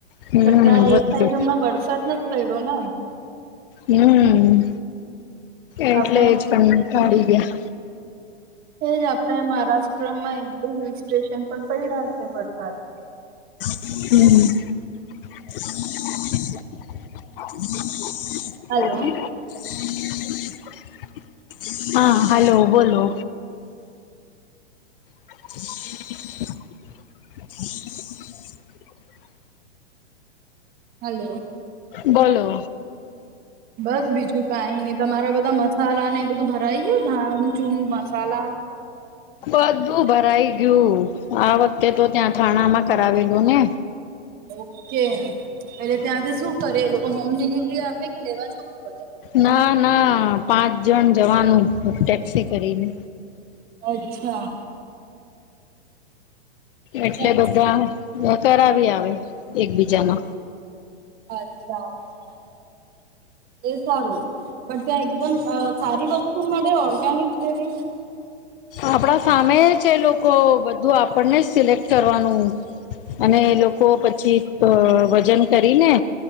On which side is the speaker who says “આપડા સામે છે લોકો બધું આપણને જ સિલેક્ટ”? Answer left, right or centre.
Left